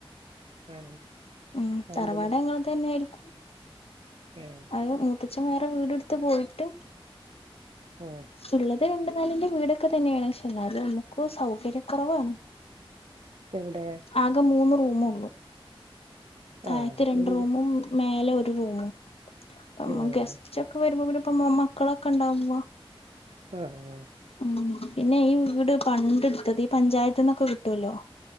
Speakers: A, on the right; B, on the left.
A: ആണോ?
B: ഉം
A: അതെന്തിനാ
B: തറവാട് ഞങ്ങൾതന്നേര്ക്കും.
A: ആഹ്.
B: അത് മൂത്തച്ഛൻ വേറെ വീട് ഇട്ത്ത് പോയിട്ട്
A: ആഹ്
B: ഇള്ളത് രണ്ട് നെലെന്റെ വീടൊക്കെ തന്നെയാണ്. പക്ഷെ എന്നാലും നമുക്ക് സൗകര്യ ക്കൊറവാണ്
A: എവിടെ
B: ആക മൂന്ന് റൂമൊള്ളൂ. താഴത്ത്
A: ആഹ്
B: രണ്ട്
A: വല്യ
B: റൂമും മേലെ ഒരു റൂമും അപ്പ
A: ആഹ്
B: മ്മ ഗസ് റ്റൊക്കെ വരുമ്പോ പിന്ന ഇപ്പ മക്കളൊക്കെ ഇണ്ടാവുമ്പോ
A: ആഹ് ആഹ്
B: ഉം പിന്നെ ഈ വീട് പണ്ട് ഇട്ത്തത്. ഈ പഞ്ചായത്ത്ന്നൊക്കെ കിട്ടൊല്ലോ